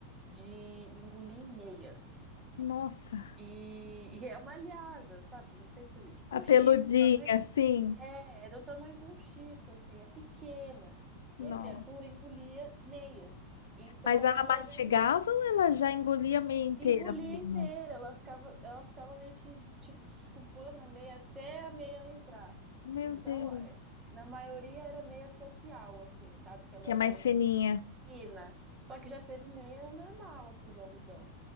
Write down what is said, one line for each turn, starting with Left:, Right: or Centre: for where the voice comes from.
Right: de engolir meias.
Left: Nossa,
Right: E, e é uma lhasa, sabe? Não sei se, tipo
Left: a
Right: um
Left: peludinha,
Right: shih tzu,
Left: assim.
Right: É, é do tamanho de um shih tzu, assim, é pequena. E
Left: Não.
Right: a criatura engolia meias. Então
Left: Mas ela
Right: ela
Left: mastigava
Right: já en-
Left: ou ela já engolia meio inteira
Right: engolia
Left: mesmo?
Right: inteira, ela ficava, ela ficava meio que, tipo, chupando a meia até a meia entrar.
Left: Meu
Right: Então,
Left: Deus.
Right: é, na maioria era meia social, assim, sabe? Que ela
Left: Que
Right: é
Left: é mais
Right: mais
Left: fininha.
Right: fina. Só que já teve meia normal, assim, de algodão.